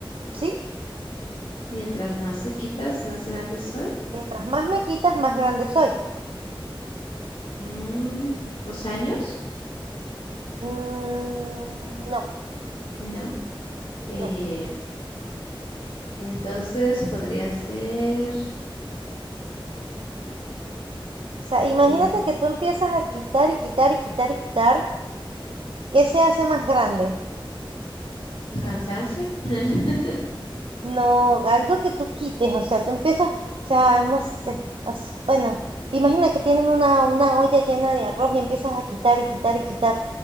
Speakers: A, on the right; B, on the left.
A: ¿sí?
B: Mientras más me quitas, más grande soy.
A: Mientras más me quitas, más grande soy.
B: Mm, ¿dos años?
A: Mm, no,
B: No. Eh,
A: no. O
B: entonces podría ser
A: sea, imagínate
B: eh,
A: que tú empiezas a quitar y quitar y quitar y quitar. ¿Qué se hace más grande?
B: el cansancio, <laughs>
A: No, algo que tú quites, o sea, tú empiezas, o sea, no sé, as- bueno, imagina que tienes una, una olla llena de arroz y empiezas a quitar y quitar y quitar.